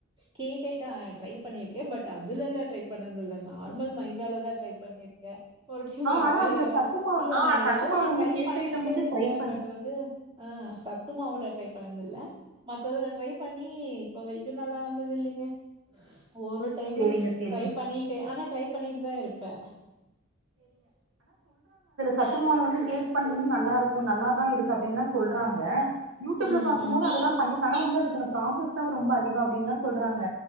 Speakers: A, on the right; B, on the right.
A: கேக் ஐட்டம் ட்ரை பண்ணியிருக்கே பட் அதுல எல்லா ட்ரை பண்ணது இல்ல நார்மல் மைதாலதா ட்ரை பண்ணிருக்கே ஒரு டைம்
B: ஆ
A: ரவைல
B: ஆனா அதுல சத்துமா
A: இல்ல
B: ஆ
A: நா
B: சத்துமாவுல
A: எதாவது
B: வந்து
A: ட்ரை
B: கேக்
A: பண்ணிட்டே
B: ஐட்டம் வந்து
A: இருப்ப
B: ட்ரை பண்
A: பட் வந்து சத்து மாவுல ட்ரை பண்ணதில்ல மத்ததுல ட்ரை பண்ணி இ இப்ப வரைக்கு நல்லா வந்தது இல்லைங்க ஒரு டம்மு
B: சேரிங்க சேரிங்க
A: ட்ரை பண்ணிட்டே ஆனா ட்ரை பண்ணிட்டுதா இருப்பே
B: சத்துமாவுல வந்து கேக் பண்ணிங்க நல்லா இருக்கு நல்லாதா இருக்கு அப்டினெல்லா சொல்றாங்க யூடியூப்ல
A: ம்,
B: பாக்கும்போது
A: ம்.
B: அதெல்லா பண்ணித்தான வந்து அதுக்கான ப்ராசஸ்தா ரொம்ப அதிகோ அப்டின்னு எல்லா சொல்றாங்க